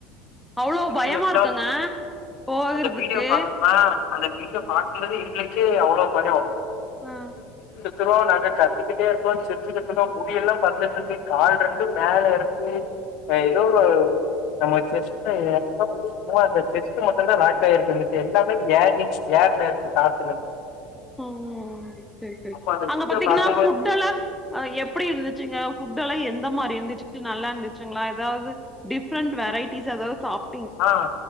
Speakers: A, in the centre; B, on the left (about 50°).
A: அவ்ளோ
B: முடி
A: பயமா
B: எல்லாம்
A: இருக்குங்க போகறதுக்கு
B: அந்த வீடியோ பாத்தனா அந்த வீடியோப் பாக்கும்போதே இங்கக்கு அவ்ளோ பயோ
A: ஆ
B: த்துறோ நாங்க கத்திக்கிட்டே இருக்கோ சிரிச்சுகிட்ருக்கோ முடி எல்லாம் பறந்துட்ருந்து கால் ரெண்டும் மேல இருக்கு அ எதோ ஒரு நம்ம செஸ்ட்டு <unintelligible> சும்மா அந்த செஸ்ட்டு மட்டுந்தா லாக்காயிருக்கு மிச்ச எல்லாமே ஏரிங்ஸ் ஏர்ல இருக்கு காத்துல
A: ம் ம் ம் செரி செரி
B: அப்ப அந்த
A: அங்க
B: வீடியோ
A: பாத்தீங்கனா
B: பாக்கும்போது
A: ஃபுட் எல்லா அ எப்டி இருந்துச்சுங்க ஃபுட் எல்லா எந்த மாரி இருந்துச்சு நல்லா இருந்துச்சுங்ளா எதாவ்து டிஃப்ரெண்ட் வெரைட்டிஸ் எதாவ்து சாப்
B: ஆ